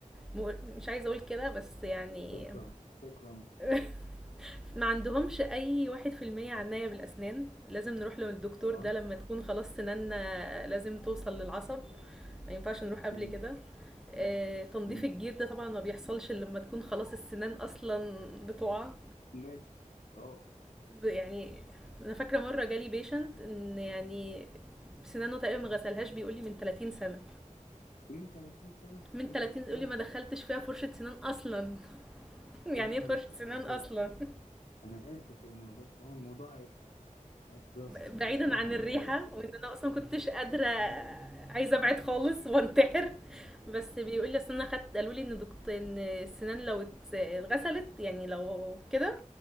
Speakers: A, in the centre; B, on the left.
A: مقر مش عايزة أقول كده بس يعني
B: شكرا شكرا
A: <laughs> ما عندهمش أي 1% عناية بالأسنان، لازم نروح للدكتور
B: طبعا
A: ده لمّا تكون خلاص سناننا لازم توصل للعصب، ما ينفعش نروح قبل
B: مم.
A: كده. آآ، تنضيف
B: مم.
A: الجير ده طبعًا ما بيحصلش إلا لمّا تكون خلاص السنان أصلًا بتُقع.
B: مات اه
A: ب- يعني انا فاكره مره جالي بيشنت ان يعني سنانه تقريبا ما غسلهاش بيقول لي من 30 سنه
B: من 30 سنة
A: من
B: إيه
A: 30
B: ده إزاي؟
A: يقول لي ما دخلتش فيها فرشه سنان اصلا <laughs>
B: يا
A: يعني
B: نهار
A: ايه فرشه
B: أسود.
A: سنان
B: طب
A: اصلا
B: هو أنا آسف يعني والله بس هو الموضوع هيبقى اكزاستد
A: بعيدا
B: بصراحة
A: عن
B: إن
A: الريحة
B: هو
A: وان انا اصلا كنتش قادرة عايزة ابعد خالص وانتحر بس بيقول لي اصل انا خدت قالوا لي ان دكتور ان السنان لو ات- اتغسلت يعني لو كده